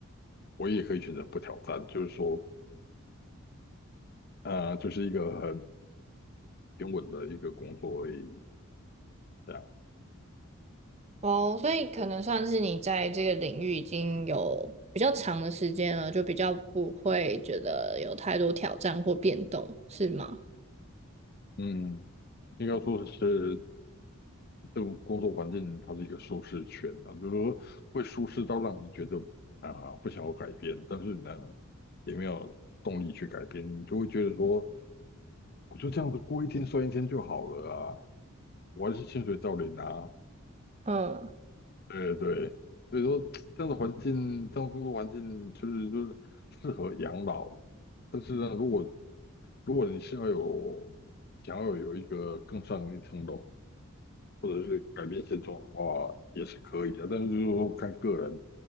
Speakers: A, on the left (about 45°); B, on the right (about 30°).
A: 我也可以选择不挑战，就是说，呃，就是一个很平稳的一个工作而已，这样。
B: 哦，所以可能算是你在这个领域已经有比较长的时间了，就比较不会觉得有太多挑战或变动，是吗？
A: 嗯，应该说是这个工作环境，它是一个舒适圈啊，就是说会舒适到让你觉得啊、不想要改变，但是呢，也没有动力去改变，你就会觉得说，我就这样子过一天算一天就好了啊，我还是薪水照领啊。
B: 嗯，
A: 对对，所以说这样的环境，这样的工作环境，就是就是适合养老。但是呢，如果如果你是要有想要有一个更上一层楼，或者是改变现状的话，也是可以的。但是就是说看个人